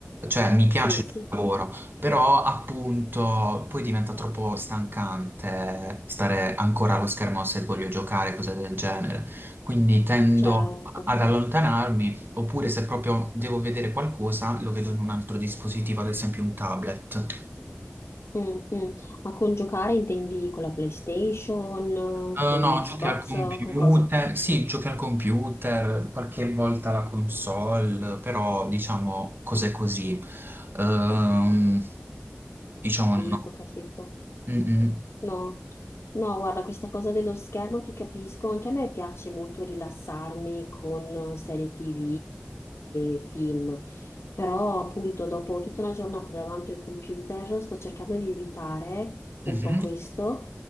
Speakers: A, on the right; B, on the left.
A: Cioè, mi piace
B: sì,
A: il
B: sì,
A: lavoro, però appunto poi diventa troppo stancante stare ancora allo schermo se voglio giocare, cose del genere. Quindi tendo
B: certo.
A: ad allontanarmi, oppure se proprio devo vedere qualcosa, lo vedo in un altro dispositivo, ad esempio un tablet.
B: Mm, mm. Ma con giocare intendi con la PlayStation,
A: Eh,
B: con
A: no,
B: l'Xbox,
A: giochi al computer,
B: con cosa?
A: sì, giochi al computer, qualche volta la console, però diciamo cose così. Ehm, diciamo
B: Capito,
A: no.
B: capito.
A: Mm, mm.
B: No, no, guarda, questa cosa dello schermo ti capisco, anche a me piace molto rilassarmi con serie TV e film, però appunto dopo tutta una giornata davanti al computer sto cercando di evitare un
A: Mhm.
B: po' questo